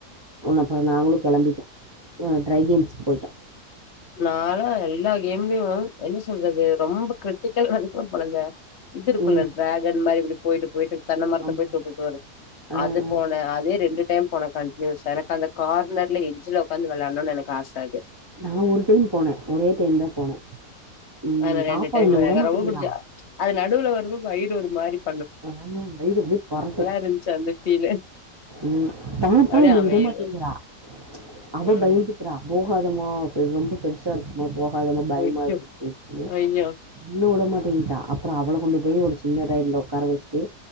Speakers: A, on the right; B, on the left.
A: உ அப்பறோ நாங்களு
B: ம்
A: கெளம்பிட்டோ ஆ ட்ரை கேம்ஸ்க்கு போயிட்டோ
B: நாலா எல்லா கேம்லயு என்ன சொல்றது ரொம்ப கிரிட்டிக்கல்ல <unintelligible> பொறந்தே இது இருக்கும்ல
A: ம்
B: டிராகன் மாரி இப்டி போயிட்டு போயிட்டு தென்னை மரத்த
A: ஆமா
B: போய் தொட்டுட்டு வரும்
A: ஆ
B: அது
A: ஆ
B: போன அதே ரெண்டு டைம் போனா கண்டியூசா எனக்கு அந்த கார்னர்ல எஜ்ஜல ஒக்காந்து வெளாடணுன்னு எனக்கு ஆச அது
A: நா ஒரு டைம் போனே ஒரே டைம்தா போனே ம்
B: ஆன ரெண்டு
A: பாப்பா
B: டைம்
A: என்ன
B: எனக்கு
A: விடமாட்டேங்கிறா
B: ரொம்ப புடிச்சா அது நடுவுல வந்நது வயிரு மாறிப்
A: ஆ வயிறு அப்டியே பொரட்டு
B: இருந்துச்சு அந்த ஃபீலு
A: உம் பாப்பா
B: அப்டியே
A: என்ன
B: அமைதியா
A: விடமாட்டேங்கிறா அவ
B: ம்
A: பயந்துக்குறா போகாதம்மா இப்ப ரொம்ப பெருசா இருக்குமா போ அது நமக்கு பயமாயிருக்
B: ஐயோ ஐயோ
A: <unintelligible> இன்னும் உட மாட்டேங்கட்ட அப்பறோ அவள கொண்டு போய் ஒரு சின்ன ரயில்ல உக் உக்கார வெச்ட்டு